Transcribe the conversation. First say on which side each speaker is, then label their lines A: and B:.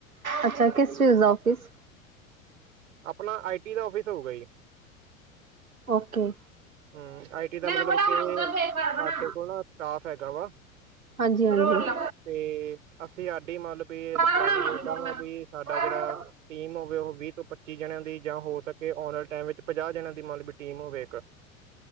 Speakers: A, on the right; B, on the right.
A: ਅੱਛਾ। ਕਿਸ ਚੀਜ਼ ਦਾ ਔਫਿਸ?
B: ਆਪਣਾ 'ਆਈ ਟੀ ਦਾ ਆਫਿਸ ਹੋਊਗਾ ਜੀ।
A: ਓਕੇ।
B: ਹੂ, ਆਈ ਟੀ ਦਾ
A: ਮੈਂ
B: ਮਤਲਬ
A: ਬਣਾਵਾਂ
B: ਕਿੰਨੇ,
A: ਉਹਦਾ ਬੇਕਾਰ
B: ਸਾਡੇ
A: ਬਣਾਵਾਂ।
B: ਕੋਲ ਨਾ ਸਟਾਫ ਹੈਗਾ ਵਾ।
A: ਹਾਂਜੀ -ਹਾਂਜੀ।
B: ਤੇ, ਅਸੀਂ ਸਾਡੀ ਮੰਨ ਵੀ,
A: ਹਾਂਜੀ।
B: ਪਲੈਨਿੰਗ ਏਦਾਂ ਵਾ ਵੀ ਸਾਡਾ ਜਿਹੜਾ ਟੀਮ ਹੋਵੇ ਉਹ ਵੀ ਪੱਚੀ ਜਣਿਆਂ ਦੀ ਜਾਂ ਹੋ ਸਕੇ ਆਉਣ ਵਾਲੇ ਟਾਈਮ ਵਿੱਚ ਪੰਜਾਹ ਜਣਿਆਂ ਦੀ ਮਤਲਬ ਟੀਮ ਹੋਵੇ ਇੱਕ।